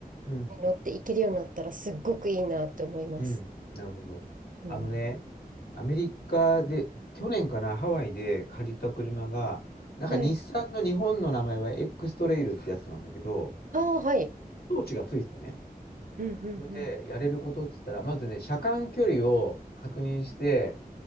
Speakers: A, on the left (about 85°); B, on the right (about 60°).
A: うん。
B: 乗って行けるようになったらすっごくいいなって思います。
A: うん。なるほど。
B: うん。
A: あのね、アメリカで、去年かな、ハワイで借りた車が、なんか日産の日本の名前は
B: はい。
A: X トレイルってやつなんだけど、
B: ああ、はい。
A: 装置がついててね。
B: うんうんうん。
A: それでやれることって言ったら、まずね、車間距離を確認して、